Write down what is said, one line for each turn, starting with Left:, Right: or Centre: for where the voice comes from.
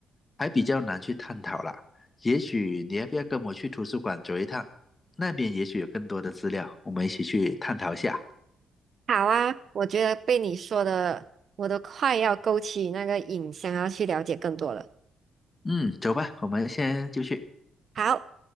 Left: 还比较难去探讨啦。也许你要不要跟我去图书馆走一趟？那边也许有更多的资料，我们一起去探讨一下。
Right: 好啊，我觉得被你说的，我都快要勾起那个瘾，想要去了解更多了。
Left: 嗯，走吧，我们先就去。
Right: 好。